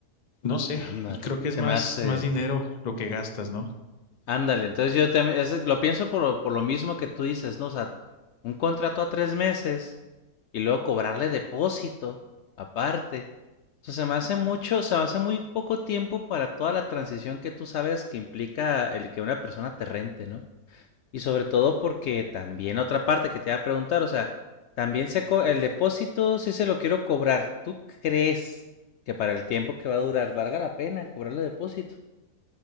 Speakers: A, on the left; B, on the left.
A: no sé,
B: Ándale.
A: y creo que
B: Se
A: es más,
B: me hace
A: más dinero lo que gastas, ¿no?
B: Ándale, entonces yo también es- lo pienso por, lo- por lo mismo que tú dices, ¿no? O sea, un contrato a tres meses y luego cobrarle depósito aparte. O sea, se me hace mucho, se me hace muy poco tiempo para toda la transición que tú sabes que implica el que una persona te rente, ¿no? Y sobre todo porque también otra parte que te iba a preguntar, o sea, también se co- el depósito si se lo quiero cobrar. ¿Tú crees que para el tiempo que va a durar valga la pena cobrarle depósito?